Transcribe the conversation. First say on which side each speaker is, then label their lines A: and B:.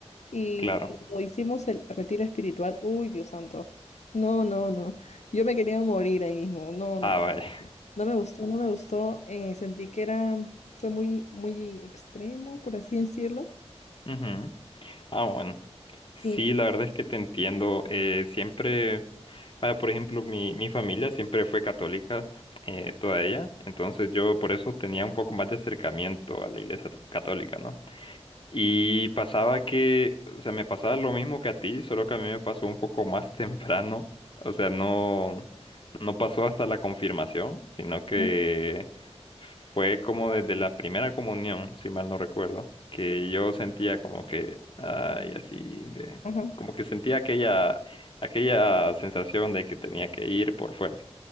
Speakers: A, on the left (about 85°); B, on the left (about 45°).
A: Y
B: Claro.
A: cuando hicimos el retiro espiritual, uy, Dios santo, no, no, no, yo me quería morir ahí mismo, no, no,
B: Ah, vaya.
A: no me gustó, no me gustó, eh, sentí que era, fue muy, muy extremo, por así decirlo,
B: Ujú. Ah, bueno.
A: sí,
B: Sí, la verdad es que te entiendo. Eh, siempre, vaya, por ejemplo, mi, mi familia siempre fue católica, eh, toda ella. Entonces yo por eso tenía un poco más de acercamiento a la iglesia católica, ¿no? Y pasaba que, o sea, me pasaba lo mismo que a ti, solo que a mí me pasó un poco más <laughs> temprano. O sea, no, no pasó hasta la confirmación, sino que
A: ajá,
B: fue como desde la primera comunión, si mal no recuerdo, que yo sentía como que, ay, así de,
A: ajá,
B: como que sentía aquella, aquella sensación de que tenía que ir por fuerza.